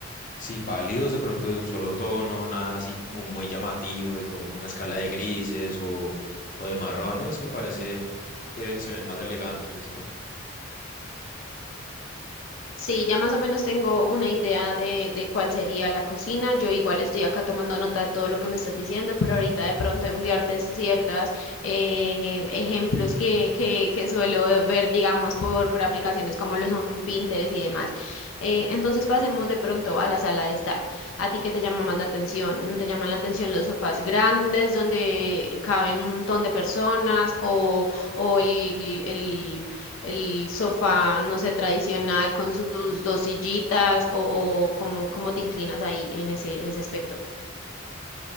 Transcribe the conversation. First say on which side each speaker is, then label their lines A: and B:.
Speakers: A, on the left; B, on the left.
A: sí, pálidos, de pronto de un solo tono, nada así como muy llamativo y como una escala de grises o, o de marrones, me parece que se ven más elegantes, ¿no?
B: Sí, ya más o menos tengo una idea de, de cuál sería la cocina. Yo igual estoy acá tomando nota de todo lo que me estás diciendo, pero ahorita de pronto enviarte ciertas eh, ejemplos que, que, que suelo ver, digamos, por, por aplicaciones como lo son Pinterest y demás. Eh, entonces pasemos de pronto a la sala de estar. ¿A ti qué te llama más la atención? ¿Te llaman la atención los sofás grandes donde caben un montón de personas o, o el, el- el sofá, no sé, tradicional con sus dos sillitas o, o cómo, cómo te inclinas ahí en ese, en ese aspecto.